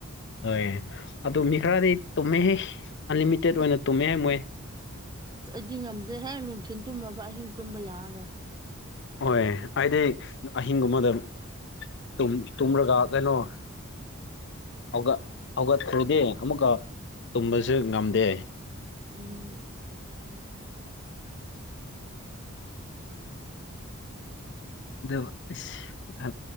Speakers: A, on the left; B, on the right.
A: ꯍꯣꯏ ꯑꯗꯨ ꯃꯤ ꯈꯔꯗꯤ ꯇꯨꯝꯃꯦꯍꯦ ꯑꯟꯂꯤꯃꯤꯇꯦꯠ ꯑꯣꯏꯅ
B: ꯑꯁ
A: ꯇꯨꯝꯃꯦꯍ‌ꯦ ꯃꯣꯏ
B: ꯑꯁ ꯑꯩꯗꯤ ꯉꯝꯗꯦ ꯍꯦꯛ ꯅꯨꯡꯊꯤꯟ ꯇꯨꯝꯃꯕ ꯑꯍꯤꯡ ꯇꯨꯝꯕ ꯌꯥꯔꯔꯣꯏ
A: ꯍꯣꯏ ꯑꯩꯗꯤ ꯑꯍꯤꯡꯒꯨꯝꯕꯗ ꯇꯨꯝ ꯇꯨꯝꯔꯒ ꯀꯩꯅꯣ ꯍꯧꯒ ꯍꯧꯒꯠꯈ꯭ꯔꯗꯤ ꯑꯃꯨꯛꯀ ꯇꯨꯝꯕꯁꯨ ꯉꯝꯗꯦ
B: ꯎꯝ
A: ꯑꯗꯨ ꯏꯁ